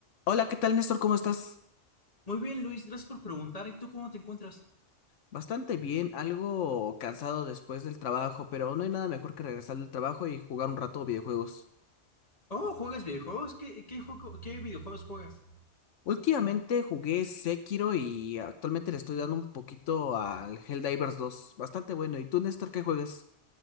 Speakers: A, on the left; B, on the left.
A: Hola, ¿qué tal, Néstor? ¿Cómo estás?
B: Muy bien, Luis, gracias por preguntar. ¿Y tú cómo te encuentras?
A: Bastante bien, algo cansado después del trabajo, pero no hay nada mejor que regresar del trabajo y jugar un rato videojuegos.
B: Oh, ¿juegas videojuegos? ¿Qué, qué juego, qué videojuegos juegas?
A: Últimamente jugué Sekiro y actualmente le estoy dando un poquito al Helldivers dos, Bastante bueno. ¿Y tú, Néstor, qué juegas?